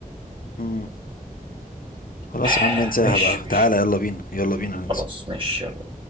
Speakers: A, on the left; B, on the right.
A: امم خلاص
B: <sighs>
A: يا عم انساها
B: مش
A: بقى
B: مش
A: تعالى يلا بينا يلا بينا ننسى
B: خلاص مش يلا